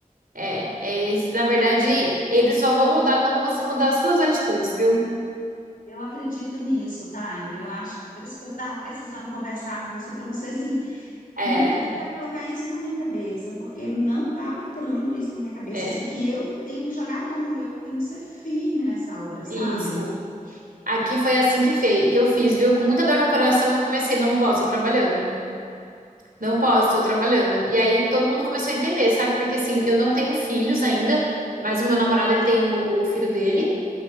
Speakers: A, on the right; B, on the left.
A: É, é esse. Na verdade, eles só vão mudar quando você mudar as suas atitudes, viu?
B: Eu acredito nisso, tá? E Eu acho que é por isso que eu estava precisando conversar com você, para você, assim,
A: É,
B: me ajudar a colocar isso na minha cabeça, porque não estava entrando isso na minha cabeça,
A: é,
B: assim, que eu que tenho que jogar duro, eu que tenho que ser firme nessa hora, sabe?
A: isso. Aqui foi assim que, fei, que eu fiz, viu? Com muita dor no coração, eu comecei, não posso, tô trabalhando. Não posso, estou trabalhando. E aí todo mundo começou a entender, sabe? Porque assim, eu não tenho filhos ainda, mas o meu namorado, ele tem o, o filho dele.